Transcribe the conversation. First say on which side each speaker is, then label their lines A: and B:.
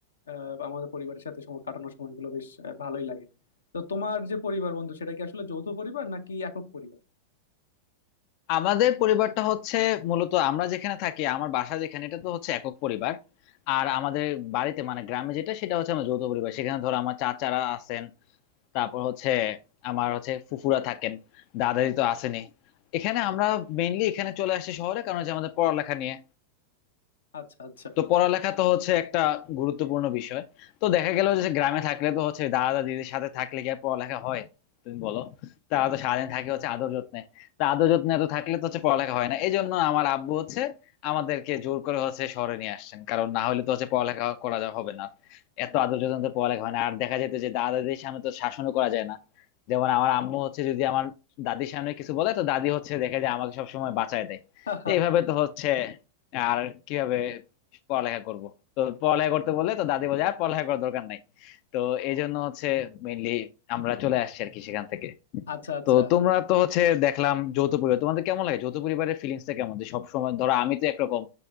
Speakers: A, on the left (about 80°); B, on the left (about 50°).
A: আহ, আমাদের পরিবারের সাথে সময় কাটানোর সময়গুলো বেশ আহ, ভালোই লাগে তো তোমার যে পরিবার বন্ধু সেটা কি আসলে যৌথ পরিবার নাকি একক পরিবার
B: আমাদের পরিবারটা হচ্ছে মূলত আমরা যেখানে থাকি আমার বাসা যেখানে এটা তো হচ্ছে একক পরিবার আর আমাদের বাড়িতে মানে গ্রামে যেটা সেটা হচ্ছে আমার যৌথ পরিবার সেখানে ধরো আমার চাচারা আছেন তারপর হচ্ছে আমার হচ্ছে ফুফুরা থাকেন দাদাদি তো আসেনি এখানে আমরা মেইনলি এখানে চলে আসি শহরে কারণ হচ্ছে আমাদের পড়ালেখা নিয়ে
A: আচ্ছা আচ্ছা
B: তো পড়ালেখা তো হচ্ছে একটা গুরুত্বপূর্ণ বিষয় তো দেখা গেল যে গ্রামে থাকলে তো হচ্ছে দাদা দিদির সাথে থাকলে কি আর পড়ালেখা হয় তুমি বলো তারা তো সারাদিন থাকে হচ্ছে আদর যত্নে তা আদর যত্নে এত থাকলে তো হচ্ছে পড়ালেখা হয় না এই জন্য আমার আব্বু হচ্ছে আমাদেরকে জোর করে হচ্ছে শহরে নিয়ে আসছেন কারণ না হলে তো হচ্ছে পড়ালেখা করা যা- হবে না এত আদর যত্নে তো পড়ালেখা হয় না আর দেখা যেত যে দাদা দিদির সামনে তো শাসনও করা যায় না যেমন আমার আম্মু হচ্ছে যদি আমার দাদির সামনে কিছু বলে তো দাদি হচ্ছে দেখে যে আমাকে সবসময় বাঁচায় দেয়
A: <laughs>
B: তো এইভাবে তো হচ্ছে আর কিভাবে পড়ালেখা করব তো পড়ালেখা করতে বলে তো দাদি বলে আর পড়ালেখা করার দরকার নাই তো এই জন্য হচ্ছে মেইনলি আমরা চলে আসছি আর কি সেখান থেকে
A: আচ্ছা আচ্ছা
B: তো তোমরা তো হচ্ছে দেখলাম যৌথ পরিবার তোমাদের কেমন লাগে যৌথ পরিবারের ফিলিংসটা কেমন যে সবসময় ধরো আমি তো একরকম